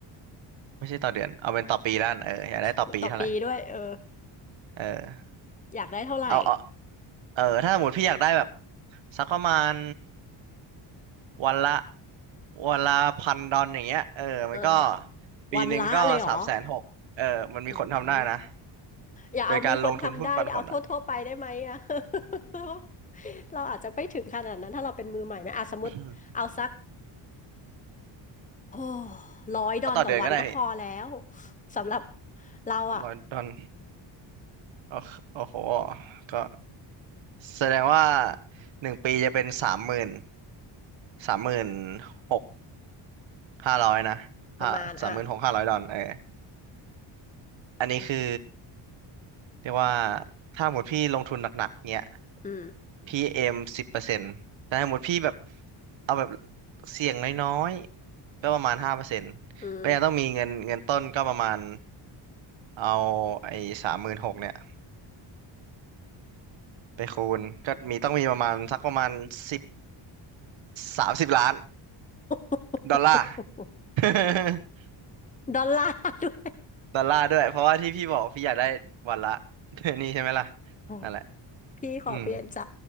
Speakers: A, on the right; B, on the left.
A: ไม่ใช่ต่อเดือนเอาเป็นต่อปีด้านเอออยากได้ต่อปีเท่าไหร่
B: อุ๊ยต่อปีด้วยเออ
A: เออ
B: อยากได้เท่าไหร่
A: เอาเอาเออถ้าสมมติพี่อยากได้แบบสักประมาณวันละวันละพันดอลอย่างเงี้ยเออมันก็
B: เออ
A: ปีหนึ่งก็สามแสนหกเออมันมีคนทำได้นะ
B: วันละเลยเหรอโอ้โหอย่าเอามีคนทำได้เอาทั่วทั่วไปได้ไหมอะ
A: โดยการลงทุนหุ้นปันผลอ่ะ
B: <laughs> เราอาจจะไม่ถึงขนาดนั้นถ้าเราเป็นมือใหม่ไหมอ่ะสมมติเอาสัก
A: <coughs>
B: โอ้ร้อยดอนต่อวันก็พอแล้ว
A: เอาต่อเดือนก็ได้พี่
B: สำหรับเราอะ
A: ร้อยดอลโอ้โหอ้โห ก็แสดงว่าหนึ่งปีจะเป็นสามหมื่นสามหมื่นหกห้าร้อยนะห้าสามหมื่นหกห้าร้อยดอลเออ
B: ประมาณอ่ะ
A: อันนี้คือเรียกว่าถ้าหมดพี่ลงทุนหนักๆเนี้ย
B: อืม
A: พี่เอมสิบเปอร์เซ็นต์แต่ถ้าหมดพี่แบบเอาแบบเสี่ยงน้อยๆ ก็ประมาณห้าเปอร์เซ็นต์
B: อืม
A: ก็ยังต้องมีเงินเงินต้นก็ประมาณ เอาไอ้สามหมื่นหกเนี่ยไปคูณก็มีต้องมีประมาณสักประมาณสิบสามสิบล้าน
B: <laughs>
A: ดอลลาร์ <laughs>
B: ดอลลาร์ด้วย
A: ดอลลาร์ด้วยเพราะว่าที่พี่บอกพี่อยากได้วันละ <laughs> นี่ใช่ไหมล่ะ
B: เออ
A: นั่นแหละ
B: พี่ขอเปลี่ยนใจ
A: อืม